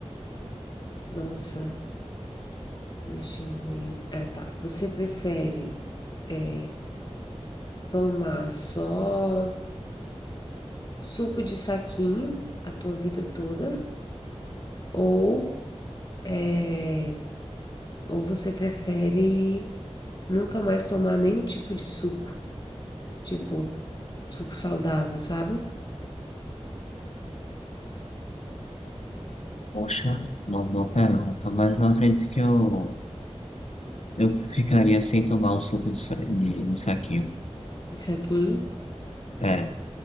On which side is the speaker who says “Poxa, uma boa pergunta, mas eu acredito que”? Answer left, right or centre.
Left